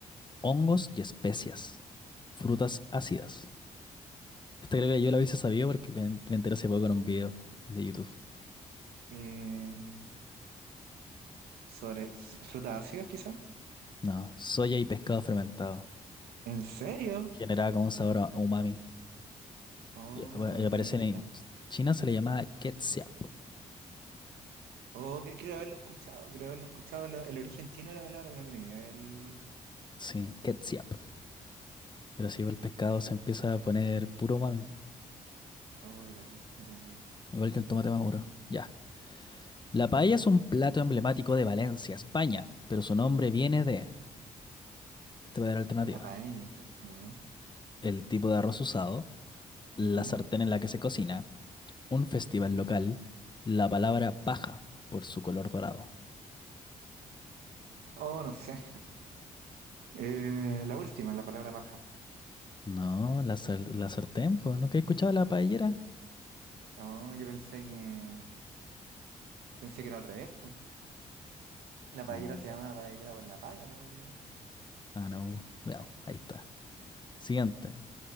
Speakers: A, on the left; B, on the right.
A: hongos y especias, frutas ácidas. Esta creo que yo la hubiese sabido porque me, me enteré hace poco en un video de YouTube.
B: Eh, sobre s- frutas ácidas, quizás.
A: No, soya y pescado fermentado.
B: ¿En serio?
A: Generaba como un sabor a a umami.
B: Oh,
A: Y, bueno,
B: no tenía
A: y aparece en
B: la
A: China, se le llama ketchup.
B: Oh, que- creo haberlo escuchado, creo haberlo escuchado lo- el origen chino de la palabra, pero no tenía idea. El...
A: Sí, ketchup. Pero sí, el pescado se empieza a poner puro umami.
B: Oh, qué loco, no tenía idea.
A: Igual que el tomate maduro. Ya. La paella es un plato emblemático de Valencia, España. Pero su nombre viene de... Te voy a dar alternativa.
B: La paella, ya ven.
A: El tipo de arroz usado, la
B: Ujú.
A: sartén en la que se cocina, un festival local, la palabra paja por su color dorado.
B: Oh, no sé. Eh, la última, la palabra paja.
A: No, la, sar- la sartén, pues, ¿nunca he escuchado la paellera?
B: Oh, yo pensé que pensé que era al revés, po. La paellera
A: Mm.
B: se llama paellera por la paya, no por la.
A: Ah, no, cuidado, ahí está. Siguiente.